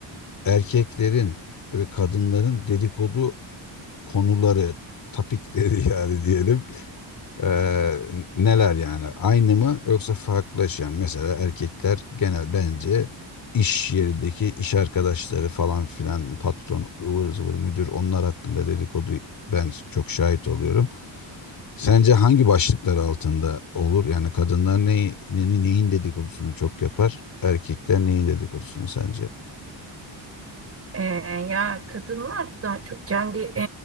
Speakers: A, on the left; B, on the right.
A: erkeklerin ve kadınların dedikodu konuları, topikleri <laughs> yani diyelim eee, neler yani? Aynı mı yoksa farklılaşan? Mesela erkekler genel bence iş yerindeki iş arkadaşları falan filan patron, ıvır zıvır müdür onlar hakkında dedikodu ben çok şahit oluyorum. Sence hangi başlıklar altında olur? Yani kadınlar neyi, neyin neyin dedikodusunu çok yapar? Erkekler neyin dedikodusunu sence?
B: Ee, ya kadınlar daha çok kendi e,